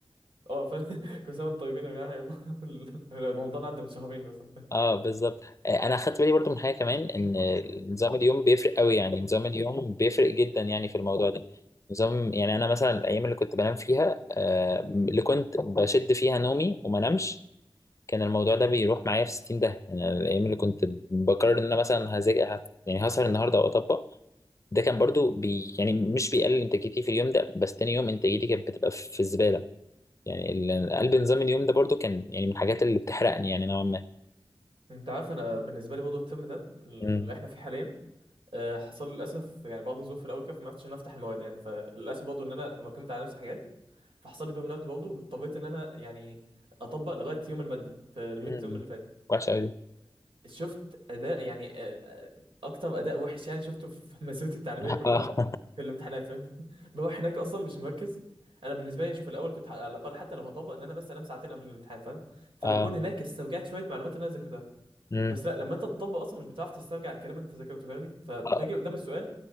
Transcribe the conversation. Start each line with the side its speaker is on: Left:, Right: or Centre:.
Right: اه فاهم <laughs> كل سنه وانتم طيبين يا جماعه يلا <laughs> رمضان عدى من شهرين مثلا <laughs>
Left: اه بالظبط آه، انا اخدت بالي برضو من حاجه كمان ان نظام اليوم بيفرق قوي يعني نظام اليوم بيفرق جدا يعني في الموضوع ده نظام يعني انا مثلا الايام اللي كنت بنام فيها آه، اللي كنت بشد فيها نومي وما نمش كان الموضوع ده بيروح معايا في 60 ده يعني الايام اللي كنت بقرر ان انا مثلا هذاكر هت- يعني هسهر النهارده او اطبق ده كان برضو بي يعني مش بيقلل انتاجيتي في اليوم ده بس تاني يوم انتاجيتي كانت بتبقى في الزباله يعني ال- قلب نظام اليوم ده برضو كان يعني من الحاجات اللي بتحرقني يعني نوعا
Right: انت عارف انا بالنسبه لي برضه الترم ده اللي
Left: ما
Right: احنا فيه حاليا آه، حصل لي للاسف يعني بعض الظروف في الاول كده فما عرفتش ان أنا افتح المواد يعني فللاسف برضه ان انا راكمت على نفسي حاجات فحصل لي برن اوت برضه واضطريت ان انا يعني اطبق لغايه يوم الماده في الميد
Left: مم.
Right: تيرم اللي فات
Left: وحشة أوي دي
Right: فشفت اداء يعني آه، آه، اكتر اداء وحش يعني شفته في <laughs> مسيرتي التعليميه
Left: <laughs>
Right: كلها
Left: اه
Right: في الامتحانات فاهمني <laughs> بروح هناك اصلا مش مركز انا بالنسبه لي يعني شوف الاول كنت على الاقل حتى لو هطبق ان انا بس انام ساعتين قبل الامتحان فاهم فبكون
Left: اه
Right: هناك استرجعت شويه معلومات اللي انا ذاكرتها
Left: مم.
Right: بس لا لما انت تطبق اصلا مش بتعرف تسترجع الكلام اللي انت ذاكرته فاهمني فباجي
Left: آه،
Right: قدام السؤال